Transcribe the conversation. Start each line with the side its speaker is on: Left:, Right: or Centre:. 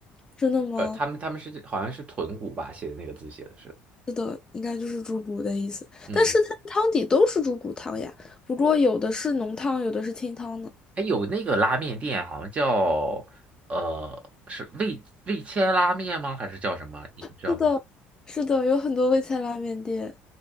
Left: 真的吗？
Right: 呃，他们他们是好像是豚骨吧，写的那个字写的是，
Left: 是的，应该就是猪骨的意思，
Right: 嗯。
Left: 但是它的汤底都是猪骨汤呀，不过有的是浓汤，有的是清汤呢。
Right: 哎，有那个拉面店，好像叫呃，是味味千拉面吗？还是叫什么？你你知道吗？
Left: 是的，是的，有很多味千拉面店。